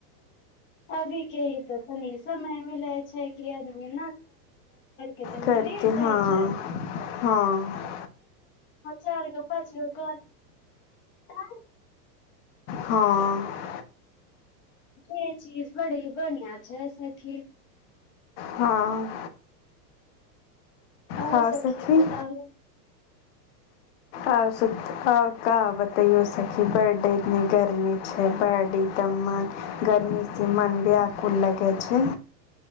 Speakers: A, on the left; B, on the left.
A: अभी के त तनी ई समय मिलै छै कि अदमी तनि
B: करके
A: लेट जाइ
B: हँ,
A: छै
B: हँ,
A: चार गो पाँच गो कन
B: हँ,
A: जे चीज बड़ी बढ़िया छै सखी
B: हँ
A: आउ
B: हँ
A: सकी
B: सखी,
A: बता हू
B: आ बतैयो सी बर्ड इतनी गर्मी छै बर्ड मन गर्मीसँ मन व्याकुल लगै छै